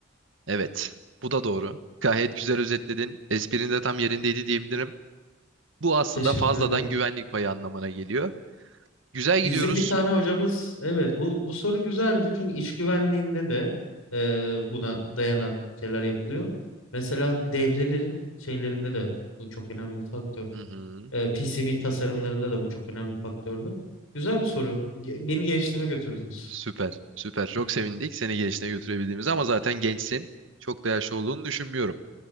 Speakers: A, on the right; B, on the left.
A: Evet, bu da doğru. Gayet güzel özetledin. Esprin de tam yerindeydi diyebilirim. Bu aslında
B: Teşekkür
A: fazladan
B: ederim.
A: güvenlik payı anlamına geliyor. Güzel gidiyoruz.
B: Bizim bir tane hocamız, evet bu, bu soru güzeldi çünkü iş güvenliğinde de e, buna dayanan şeyler yapılıyor. Mesela devrelerin şeylerinde de bu çok önemli bir faktör.
A: Hı hı,
B: E, PCB tasarımlarında da bu çok önemli bir faktördü. Güzel bir soru. Ge- Beni gençliğime götürdünüz.
A: süper, süper. Çok sevindik seni gençliğe götürebildiğimiz ama zaten gençsin. Çok da yaşlı olduğunu düşünmüyorum.